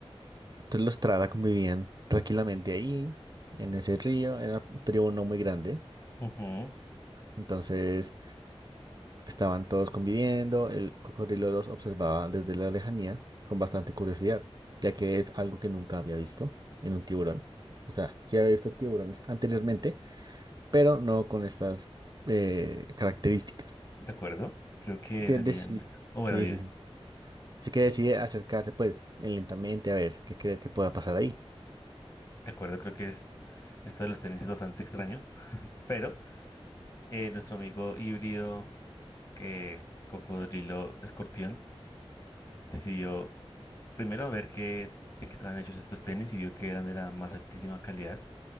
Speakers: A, on the right; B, on the left.
A: Entonces los Trara convivían tranquilamente ahí, en ese río, era un tribu no muy grande,
B: ujú,
A: entonces estaban todos conviviendo, el cocodrilo los observaba desde la lejanía con bastante curiosidad, ya que es algo que nunca había visto en un tiburón. O sea, sí había visto tiburones anteriormente, pero no con estas eh, características.
B: de acuerdo. Creo que
A: Así que
B: serían,
A: deci-
B: o
A: Sí,
B: bueno, dime,
A: sí, sí. Así que decide acercarse, pues, eh, lentamente a ver qué crees que pueda pasar ahí.
B: de acuerdo, creo que es, esto de los tenis es bastante extraño, pero eh, nuestro amigo híbrido que Cocodrilo Escorpión decidió Primero ver qué es- de qué estaban hechos estos tenis y vio que eran de la más altísima calidad.